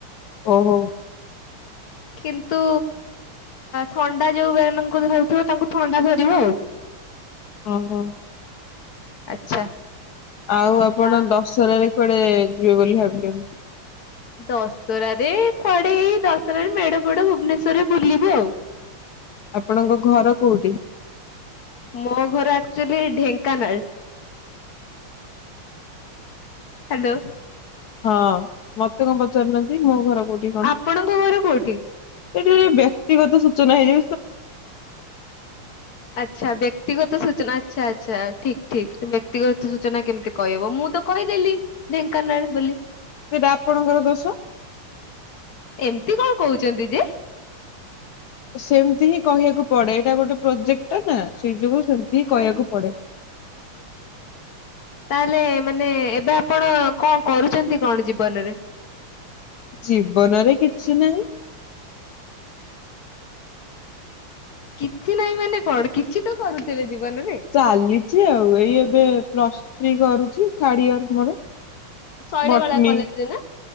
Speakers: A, on the left; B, on the left.
A: ଓହୋ।
B: କିନ୍ତୁ ଥଣ୍ଡା ଯୋଉ ବାନଙ୍କୁ ଧରି ତୁ ତାଙ୍କୁ ଥଣ୍ଡା ଧରିବ ଆଉ।
A: ଓହୋ।
B: ଆଚ୍ଛା।
A: ଆଉ ଆପଣ
B: ଆ
A: ଦଶହରାରେରେ କୁଆଡେ ଯିବେ ବୋଲି ଭାବି। <unintelligible>
B: ଦଶରାରେ କୁଆଡେ ହେଇ ଦଶରାରେ ମେଢ ଫେଡ ଭୁବନେଶ୍ବର ରେ ବୁଲିବି ଆଉ।
A: ଆପଣଙ୍କ ଘର କୋଉଠି
B: ମୋ ଘର ଆକ୍ଚୁଆଲି ଢେଙ୍କାନାଳ ହ୍ୟାଲୋ।
A: ହଁ ମତେ କଣ ପଚାରୁନାହାନ୍ତି ମୋ ଘର କୋଉଠି କଣ
B: ଆପଣଙ୍କ ଘର କୋଉଠି
A: ଏଠି ବ୍ୟକ୍ତିଗତ ସୁଚ ତୁ ନାହିଁ।
B: ଆଚ୍ଛା ବ୍ୟକ୍ତିଗତ ସୁଚ ଆଚ୍ଛା ଆଚ୍ଛା ଠିକ ଠିକ ବ୍ୟକ୍ତିଗତ ସୂଚନା କେମିତି କହିହବ ମୁଁ ତ କହିଦେଲି ଢେଙ୍କାନାଳ ବୋଲି।
A: ସେଟା ଆପଣଙ୍କର ଦୋଷ।
B: ଏମିତି କଣ କହୁଛନ୍ତି ଯେ
A: ସେମିତି ହିଁ କହିବାକୁ। ପଡେ ଏଇଟା ଗୋଟେ ପ୍ରୋଜେକ୍ଟ ଟା ନା ସେଇ ଯୋଗୁ ସେମିତି ହିଁ କହିବାକୁ
B: ଆ-
A: ପଡେ।
B: ତାହଲେ ମାନେ ଏବେ ଆପଣ କଣ କରୁଛନ୍ତି କଣ ଜୀବନରେ।
A: ଜୀବନରେ କିଛି ନାହିଁ।
B: କିଛି ନାଇଁ ମାନେ କଣ କିଛି ତ କରୁଥିବେ। ଜୀବନରେ
A: ଚାଲିଲିଛି ଆଉ ଏଇ। ଏଇ ଏବେ ପ୍ଲସ ଥ୍ରୀ କରୁଛି ଥାର୍ଡ ଇୟର ମୋର।
B: ଶୈଳବାଳା
A: ବଟ୍ନୀ
B: କଲେଜରେ ନା